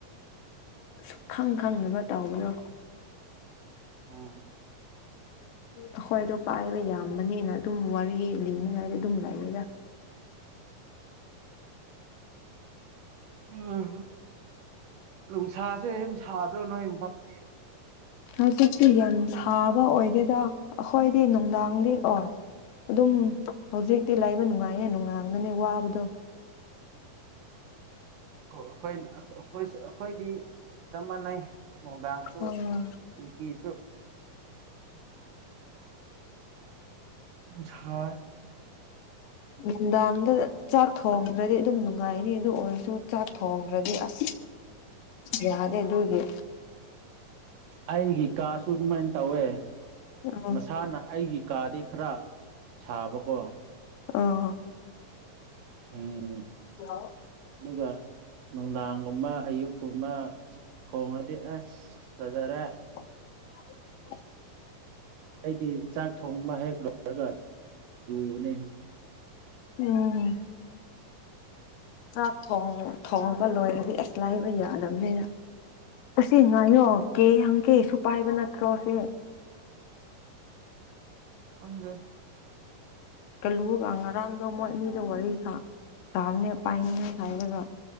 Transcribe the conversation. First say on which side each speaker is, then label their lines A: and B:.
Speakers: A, on the left; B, on the right.
A: ꯁꯨꯛ ꯈꯪ ꯈꯪꯗꯅꯕ ꯇꯧꯕꯗꯨ
B: ꯎꯝ
A: ꯑꯩꯈꯣꯏꯗꯣ ꯄꯥꯏꯕ ꯌꯥꯝꯕꯅꯤꯅ ꯑꯗꯨꯝ ꯋꯥꯔꯤ ꯂꯤꯅꯤꯉꯥꯏꯗꯤ ꯑꯗꯨꯝ ꯂꯩꯥꯛꯌꯦꯒ
B: ꯎꯝ ꯅꯨꯡꯁꯥꯁꯦ ꯑꯗꯨꯝ ꯁꯥꯗ꯭ꯔꯣ ꯅꯣꯏ ꯏꯝꯐꯥꯜꯒꯤ
A: ꯍꯧꯖꯤꯛꯇꯤ ꯌꯥꯝ ꯁꯥꯕ ꯑꯣꯏꯗꯦꯗ ꯑꯩꯈꯣꯏꯗꯤ ꯅꯨꯡꯗꯥꯡꯗꯤ ꯑꯣ ꯑꯗꯨꯝ ꯍꯧꯖꯤꯛꯇꯤ ꯂꯩꯕ ꯅꯨꯡꯉꯥꯏꯌꯦ ꯅꯨꯡꯗꯥꯡꯗꯅꯤ ꯋꯥꯕꯗꯣ
B: ꯑꯩꯈꯣꯏ ꯑꯩꯈꯣꯏꯗꯤ ꯆꯞ ꯃꯥꯟꯅꯩ ꯅꯨꯡꯗꯥꯡꯁꯨ
A: ꯑꯣ
B: ꯅꯨꯡꯊꯤꯜꯁꯨ ꯁꯥꯏ
A: ꯅꯨꯡꯗꯥꯡꯗ ꯆꯥꯛ ꯊꯣꯡꯗ꯭ꯔꯗꯤ ꯑꯗꯨꯝ ꯅꯨꯡꯉꯥꯏꯅꯤ ꯑꯗꯨ ꯑꯣꯏꯔꯁꯨ ꯆꯥꯛ ꯊꯣꯡꯗ꯭ꯔꯗꯤ ꯑꯁ ꯌꯥꯗꯦ ꯑꯗꯨꯒꯤ
B: ꯑꯩꯒꯤ ꯀꯥꯁꯨ ꯑꯗꯨꯃꯥꯏꯅ ꯇꯧꯋꯦ
A: ꯎꯝ
B: ꯃꯁꯥꯅ ꯑꯩꯒꯤ ꯀꯥꯗꯤ ꯈꯔ ꯁꯥꯕꯀꯣ
A: ꯑ
B: ꯎꯝ
A: ꯍꯂ‌ꯣ
B: ꯑꯗꯨꯒ ꯅꯨꯡꯗꯥꯡꯒꯨꯝꯕ ꯑꯌꯨꯛꯀꯨꯝꯕ ꯊꯣꯡꯉꯗꯤ ꯑꯁ ꯐꯖꯔ‌ꯦ
A: <inaudible>
B: ꯑꯩꯗꯤ ꯆꯥꯛ ꯊꯣꯡꯕ ꯍꯦꯛ ꯂꯣꯏꯔꯒ ꯔꯨꯕꯅꯤ
A: ꯎꯝ ꯆꯥꯛ ꯊ‌ꯣꯡ ꯊꯣꯡꯕ ꯂꯣꯏꯔꯗꯤ ꯑꯁ ꯂꯥꯏꯕ ꯌꯥꯅꯕꯅꯤꯅ ꯑꯁꯤ ꯉꯥꯏꯌꯣ ꯀꯦ ꯍꯪꯀꯦ ꯁꯨ ꯄꯥꯏꯕ ꯅꯠꯇ꯭ꯔꯣ ꯁꯤꯦ
B: ꯈꯪꯗꯦ
A: ꯀꯜꯂꯨꯒ ꯉꯔꯥꯡꯗꯣ ꯃꯣꯏ ꯑꯃꯤꯗ‌ꯣ ꯋꯥꯔꯤ ꯁꯥꯥꯕꯅꯦ ꯄꯥꯏꯅꯤꯡꯉ‌ꯦ ꯍꯥꯏꯔꯒ